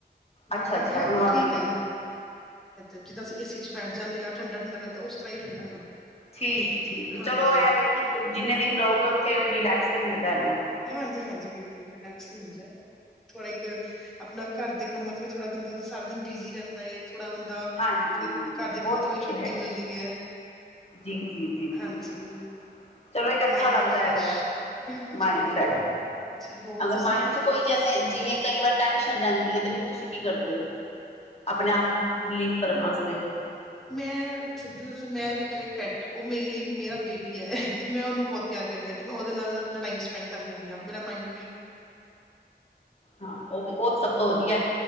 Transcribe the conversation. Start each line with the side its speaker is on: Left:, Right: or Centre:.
Centre: ਬਟ
Left: ਅੱਛਾ ਅੱਛਾ ਨੋਰਮਲੀ
Centre: ਠੀਕ ਹੈ ਜਿੱਦਾਂ ਅਸੀ ਏਸੀ ਚ ਬੈਠ ਜਾਂਦੇ ਹਾਂ, ਠੰਡਾ-ਠੰਡਾ ਲੱਗਦਾ ਦਾ ਉਸ ਤਰ੍ਹਾਂ ਹੀ ਠੰਡਾ
Left: ਠੀਕ-ਠੀਕ,
Centre: ਹੈ
Left: ਚਲੋ
Centre: ਹਾਂਜੀ
Left: ਐਵੇ ਕਿ ਜਿੰਨੇ ਦਿਨ ਰਹੋਗੇ ਉੱਥੇ ਰਿਲੈਕਸ ਤੇ ਮਿਲਦਾ ਹੈ ਨਾ।
Centre: ਹਾਂਜੀ- ਹਾਂਜੀ, ਬਿਲਕੁਲ ਰਿਲੈਕਸ ਤੇ ਮਿਲਦਾ ਹੈ। ਥੋੜ੍ਹਾ ਇੱਕ ਆਪਣਾ ਘਰ ਦੇ ਕੰਮਾਂ ਤੋਂ ਥੋੜਾ ਬੰਦਾ ਉਦੋਂ ਸਾਰਾ ਦਿਨ ਬਿਜ਼ੀ ਰਹਿੰਦਾ ਏ। ਥੋੜਾ ਬੰਦਾ,
Left: ਹਾਂਜੀ
Centre: ਘਰ ਦੇ ਕੰਮਾਂ
Left: ਉਹ
Centre: ਤੋਂ ਵੀ
Left: ਤੇ
Centre: ਛੁੱਟੀ
Left: ਹੈ
Centre: ਮਿਲਦੀ ਹੈ।
Left: ਜੀ, ਜੀ, ਜੀ,
Centre: ਹਾਂਜੀ
Left: ਜੀ, ਜੀ, ਚਲੋ ਇੱਕ ਅੱਛਾ
Centre: ਮਾਇੰਡ
Left: ਲੱਗਦਾ
Centre: ਵੀ ਫਰੈਸ਼
Left: ਹੈਗਾ ਹੈ
Centre: ਬਿਲਕੁਲ
Left: ਮਾਈੰਡ।
Centre: ਜੀ ਬਿਲਕੁਲ ਜੀ ਹੋਰ
Left: ਅਗਰ
Centre: ਤੁਸੀਂ
Left: ਮਾਇੰਡ
Centre: ਕਿੱਥੇ
Left: ਚ ਕੋਈ ਜੈਸੇ, ਜਿਵੇਂ ਕਈ ਵਾਰ ਟੈਂਨਸ਼ਨ ਰਹਿੰਦੀ ਹੈ, ਤੇ ਫਿਰ ਤੁਸੀਂ ਕੀ ਕਰਦੇ ਹੋ। ਆਪਣੇ ਆਪ ਨੂੰ ਰਿਲੀਫ ਕਰਨ ਵਾਸਤੇ
Centre: ਮੈਂ ਸਿੱਧੂ ਤੇ ਮੈਂ ਰੱਖਿਆ ਇੱਕ ਪੈੱਟ ਉਹ ਮੇਰੇ ਲਈ ਮੇਰਾ ਬੇਬੀ ਹੈ ਤੇ ਮੈਂ ਉਹਨੂੰ ਬਹੁਤ ਪਿਆਰ ਕਰਨੀ ਆ ਤੇ, ਮੈਂ ਉਹਦੇ ਨਾਲ ਆਪਣਾ ਟਾਈਮ ਸਪੈਂਡ ਕਰ ਲੈਂਦੀ ਹਾਂ ਮੇਰਾ ਮਾਈੰਡ।
Left: ਹਾਂ, ਉਹ ਵੀ ਉਹ ਤੇ ਸਭ ਤੋਂ ਵਧੀਆ।